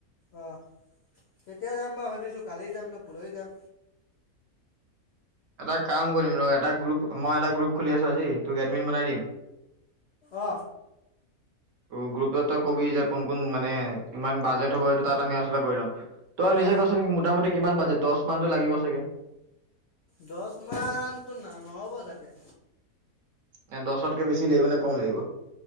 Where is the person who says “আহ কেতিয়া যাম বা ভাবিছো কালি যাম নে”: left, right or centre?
Left